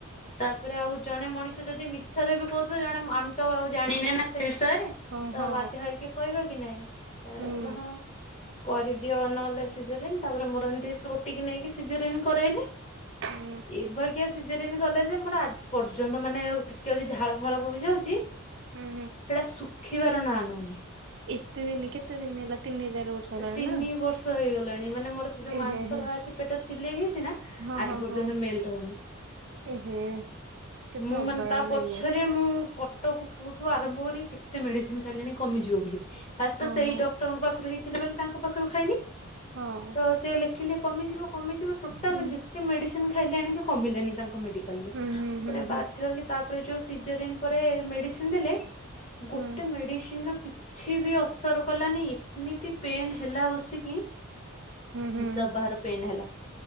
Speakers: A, on the left (about 30°); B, on the right (about 55°).
A: ତାପରେ ଆଉ ଜଣେ ମଣିଷ ଯଦି ମିଛରେ ବି କହୁଥିବ, ଜଣେ ଆମେ ତ ଆଉ ଜାଣିନେ ନା ସେ ବିଷୟରେ
B: ହଁ
A: ତ,
B: ହଁ
A: ବାଧ୍ୟ ହେଇକି କହିବା କି ନାଇଁ? ତାପରେ
B: ହୁଁ
A: କହିଲେ ହଁ। କରିଦିଅ ନହେଲେ ସିଜରିନ୍, ତାପରେ ମୋର ଏମିତି ଓ ଟି କି ନେଇକି ସିଜରିନ୍ କରାଇଲେ
B: ହୁଁ
A: ଏ ବା ଏମିତିକା ସିଜରିନ୍ କଲେ ଯେ, ମୋର ଆଜି ପର୍ଯ୍ୟନ୍ତ ମାନେ ଟିକେ ଯଦି ଝାଳ ଫାଳ ବୋହିଯାଉଛି
B: ହୁଁ, ହୁଁ।
A: ସେଇଟା ଶୁଖିବାର ନାଁ ନଉନି।
B: ଏତେ ଦିନି, କେତେ ଦିନ ହେଲା? ତିିନି, ଚାରି ବର୍ଷ। ହେଲାଣି
A: ତିନି
B: ନା
A: ବର୍ଷ ହେଇଗଲାଣି। ମାନେ ମୋର ସେ ଯୋଉ
B: ଏ
A: ମାଂସ
B: ହେ ହେ
A: ବାହାରିଛି ପେଟ ସିଲେଇ ହେଇଛି ନା
B: ହଁ
A: ଆଜି
B: ହଁ
A: ପର୍ଯ୍ୟନ୍ତ
B: ହଁ
A: ମେଲଟ୍ ହଉନି।
B: ଏ ହେ। କେତେ
A: ମୁଁ
B: ଅବାଗିଆ
A: ମାନେ ତା ପଛରେ
B: ଇଏ
A: ମୁଁ। କଟକ ଫୁଠୁ ଆରମ୍ଭ କରି କେତେ ମେଡିସିନ ଖାଇଲେଣି କମିଯିବ ବୋଲି ଫାଷ୍ଟ
B: ହଁ
A: ତ ସେଇ
B: ହଁ
A: ଡ କ୍ଟରଙ୍କ ପାଖରୁ ହେଇଥିଲେ ବୋଲି ତାଙ୍କ ପାଖରୁ ଖାଇଲି।
B: ହଁ।
A: ତ ସେ ଲେଖିଲେ କମିଯିବ କମିଯିବ ଟୋଟାଲ
B: ହୁଁ
A: ଯେତେ ମେଡିସିନ ଖାଇଲେ ଆଣିକି କମିଲେନି ତାଙ୍କ ମେଡି ସିନ୍
B: ହୁଁ ହୁଁ ହୁଁ
A: ବାଧ୍ୟ ହେଇକି ତାପରେ ଯୋଉ ସିଜରିଙ୍ଗ୍ ପରେ ମେଡିସିନ୍। ଦେଲେ ଗୋଟେ
B: ହୁଁ
A: ମେଡିସିନ ର କିଛି ବି ଅସର କଲି ଏମିତି। ପେନ୍ ହେଲା ବସିକି
B: ହୁଁ ହୁଁ ହୁଁ
A: ହିସାବ ବାହାର ପେନ୍ ହେଲା।